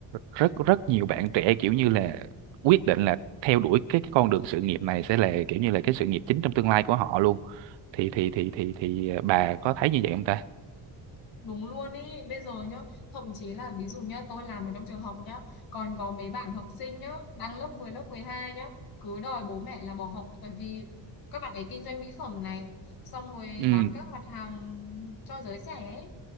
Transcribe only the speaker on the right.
rất rất nhiều bạn trẻ kiểu như là quyết định là theo đuổi cái cái con đường sự nghiệp này sẽ là kiểu như là cái sự nghiệp chính trong tương lai của họ luôn thì thì thì thì thì bà có thấy như vậy không ta
ừ